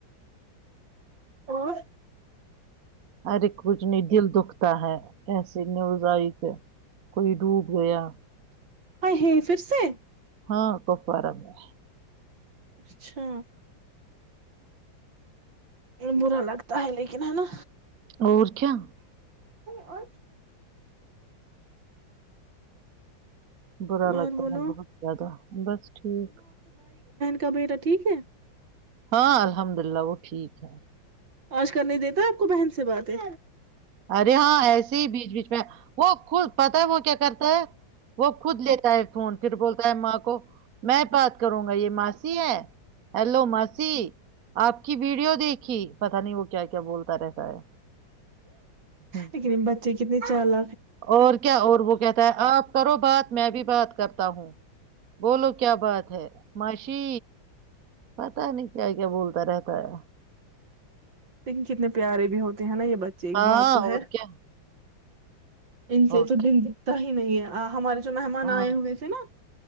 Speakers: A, on the right; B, on the right.
A: اور
B: ہر ایک کچھ نہیں دل دکھتا ہے ایسیے نیوز آئی کہ کوئی ڈوب گیا
A: ہح ہے پھر سے
B: ہاں کپوارا میں
A: اچھا برا لگتا ہے لیکن ہے نا
B: اور کیا
A: اور
B: برا
A: اور
B: لگتا
A: بولو
B: ہے بہت زیادہ بس ٹھیک
A: کبٹا ٹھیک ہے
B: ہاں الحمد للہ وہ ٹھیک ہے
A: آج کرنے دیتا آپ کو بہن سے باتیں
B: ارے ہاں ایسے ہی بیچ بیچ میں وہ خود پتا ہے وہ کیا کرتا ہے وہ خود لیتا ہے فون پھر بولتا ہے ماں کو میں بات کروں گا یہ ماسی ہے ہلو ماسی آپ کی ویڈیو دیکھی پت نہیں وہ کیا کیا بولتا رہتا ہے ہاں
A: لیکن بچے کتنے چال
B: اور کیا اور وہ کہتا ہے آپ کرو بات میں بھی بات کرتا ہوں بولو کیا بات ہے ماشی پتا نہیں کیا کیا بولتا رہتا ہے
A: لیکن کتنے پیارے بھی ہوتے ہیں نا یہ بچے
B: ہاں
A: بات تو ہے
B: اور کیا
A: ان سے
B: اور
A: تو
B: کیا
A: دین بی ان سے تو دین بیٹھا حی جو مہمان
B: ہاں
A: آئے ہوئے تھے نا